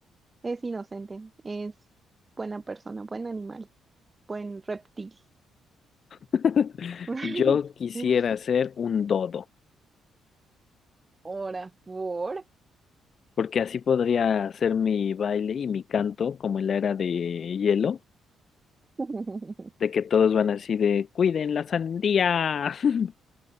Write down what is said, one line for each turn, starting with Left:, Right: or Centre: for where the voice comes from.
Right: Es inocente. Es buena persona, buen animal, buen reptil.
Left: <laughs>
Right: <laughs>
Left: Yo quisiera ser un dodo,
Right: Ahora por.
Left: porque así podría hacer mi baile y mi canto como en la era de hielo,
Right: <laughs>
Left: de que todos van así de cuiden la sandía. <laughs>